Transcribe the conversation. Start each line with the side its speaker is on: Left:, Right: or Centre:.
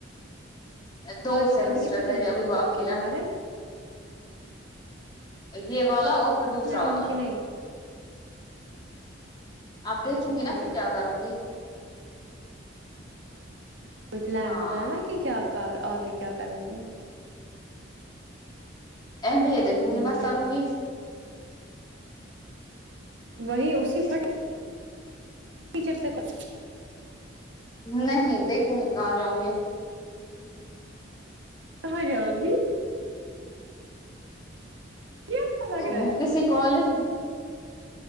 Left: دو
Right: آج
Left: سیمسٹر
Right: ابھی کتنے سیمسٹرس
Left: میرے ابھی باقی ہے
Right: تمہارے
Left: یہ والا اور پھر دوسرا والا
Right: اگے کہ نہیں
Left: آپ دیکھوں
Right: اچھا
Left: گی
Right: ٹھیک
Left: نا پھر کیا کروں گی
Right: کوئی پلان
Left: ہاں
Right: ہوتا ہے نا کہ کیا آگے کیا کروں گی
Left: ایم بی اے دیکھوں گی
Right: ہوں
Left: مت کروں گی
Right: وہی اسی
Left: <unintelligible>
Right: پھٹ ٹیچر سے کچ
Left: نہیں دیکھوں گے کہاں جاؤں گے
Right: کہا جاؤ گی یہ اچھا لگ
Left: ا
Right: رہا ہے
Left: کسی کالج